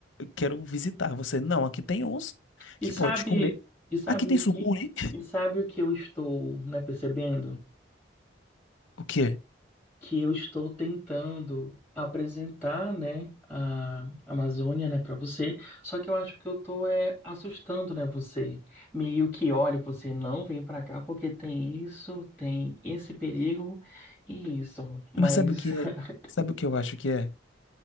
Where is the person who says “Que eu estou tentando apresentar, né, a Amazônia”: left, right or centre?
Centre